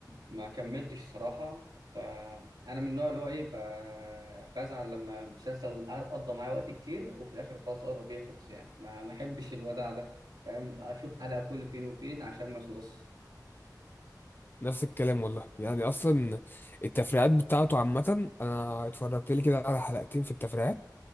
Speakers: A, on the right; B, on the left.
A: ما كملتش صراحة فأنا من النوع اللي هو ايه ب- بزعل لما مسلسل قضى معايا وقت كتير وفي الآخر خلاص قرب يخلص يعني ما ما أحبش الوداع ده فاهم أشوف حلقة كل فين وفين عشان ما أخلص
B: نفس الكلام والله يعني اصلا التفريعات بتاعته عامة انا اتفرجت لي كده على حلقتين في التفريعات